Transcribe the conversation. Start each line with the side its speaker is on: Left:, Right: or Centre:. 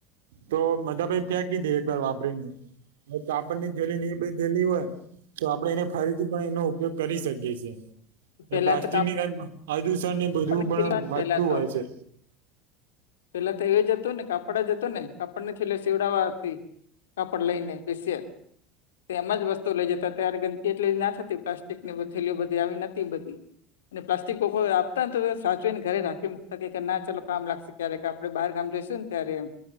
Right: તો મધાભાઈ ન ફેંકી દે એક વાર વાપરીને હ કાપડ
Left: હા
Right: ની થેલી ની થેલી હોય તો આપડે એને ફરીથી પણ એનો ઉપયોગ કરી શકીએ છીએ.
Left: પેલા
Right: પ્લાસ્ટિકની
Left: તો
Right: પ્રદૂષણ ને
Left: કાપડની
Right: બધું પણ
Left: થેલી આવે ને
Right: વધતું
Left: પેલા તો
Right: હોય છે.
Left: પેલા તો એ જ હતું ને કાપડ જ હતું ને કાપડ ની થેલી સીવડાવવા આપી. કપડ લઈને સ્પેશિયલ તો એમાં જ વસ તું લઈ જતા ત્યારે ગંદકી એટલી ના થતી પ્લાસ્ટિક ની થેલી બધી આવી નહોતી બધી. અને પ્લાસ્ટિક <unintelligible> આપ તાણ તો સાચવીને ઘરે રાખી મુૂકતા ના ચલો કામ લાગશે ક્યારે આપણે બહાર ગામ જઈશું ને ત્યારે એમ.